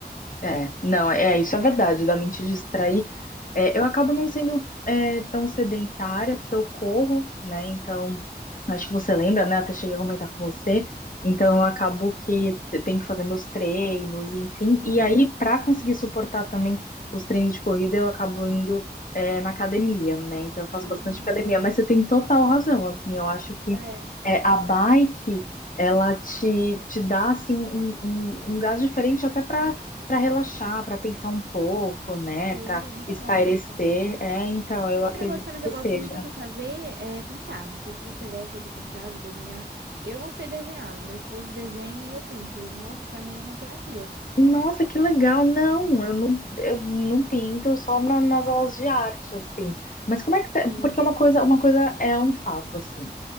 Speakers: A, on the left; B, on the right.
A: é, não, é, isso é verdade, da mente distrair É, eu acabo não sendo é, tão sedentária, porque eu corro, né? Então, acho que você lembra, né? Até cheguei a comentar com você. Então, eu acabo que eu tenho que fazer meus treinos, enfim.
B: Sim.
A: E aí, para
B: Sim.
A: conseguir suportar também os treinos de corrida, eu acabo indo é, na academia, né? Então, eu faço
B: Ah,
A: bastante academia.
B: sim.
A: Mas você tem total razão, assim. Eu acho que
B: É,
A: é, a bike, ela te, te dá, assim, um, um, um gás diferente até para para relaxar, para pensar um pouco, né?
B: sim,
A: Para
B: é muito
A: Espairecer,
B: bom, nossa.
A: é, então, eu
B: Outra
A: acredito
B: coisa também que
A: que
B: eu
A: seja.
B: gosto muito de fazer é pintar. Não sei se você gosta de pintar, de desenhar. Eu não sei desenhar. Meu esposo desenha e eu pinto. Eu- nossa, pra mim é uma terapia.
A: Nossa, que legal! Não, eu não, eu não pinto só na- nas aulas de arte, assim. Mas como é que você.
B: Sim.
A: Porque uma coisa, uma coisa é um fato, assim.